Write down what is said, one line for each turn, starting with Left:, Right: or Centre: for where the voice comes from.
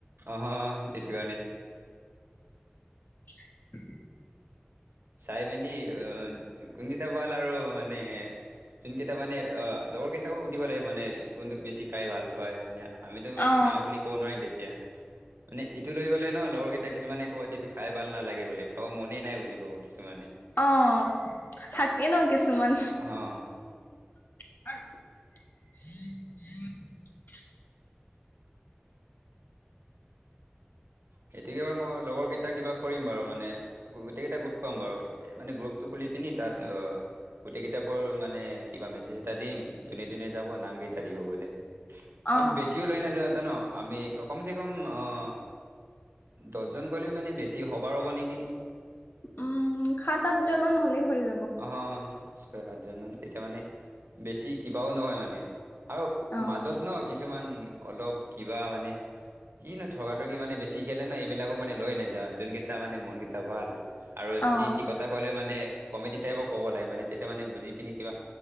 Right: অ হ, এইতো কাৰণে
Left: <inaudible>
Right: চাই মেলি অ' কোনগিতা ভাল আৰু মানে যোনকেইটা মানে অ লগৰ কেইটাও শুধিব লাগিব নে কোনটোক বেছি খাই ভাল পায় মানে, আমিতো
Left: অ
Right: না বুলি কব নোৱাৰিম তেতিয়া। মানে এইটো লৈ গ'লে ন' লগৰ কেইটা কিছুমানে ক'ব যে এইটো খাই ভাল নালাগে বোলে, খাব মনেই নাই বুলি ক'ব। কিছুমানে।
Left: অ' থাকে ন' কিছুমান।
Right: অ',।
Left: <unintelligible>
Right: সেইটোকে বাৰু মই লগৰ কেইটা কিবা কৰিম বাৰু মানে গোটেই কেইটা ক'ত পাম বাৰু মানে গ্ৰুপটো খুলি পিনি তাত গোটেই কেইটা মানে কিবা মেছেজ এটা দিম যোনে- যোনে যাব নাম কেইটা দিব বুলি।
Left: অ
Right: আপ বেছিও লৈ নাযাওঁ জান আমি কম চে কম অ', দহজন গ'লেও মানে বেছি অভাৰ হ'ব নেকি?
Left: উম সাত সাতজন মান হ'লে হৈ যায়।
Right: অ' ছয়, সাতজন মান তেতিয়া মানে বেছি কিবাও নহয় মানে। আৰু
Left: অ
Right: মাজত ন' কিছুমান অলপ কিবা মানে কিনো ন' থকা থকি মানে বেছি খেলে ন' এইবিলাকো মানে লৈ নাযাওঁ। যোনকেইটা মানে মনকেইটা ভাল আৰু
Left: অ
Right: যি টি কথা ক'লেও মানে কমেডি টাইপৰ ক'ব লাগে মানে তেতিয়া মানে বুজি পিনি কিবা,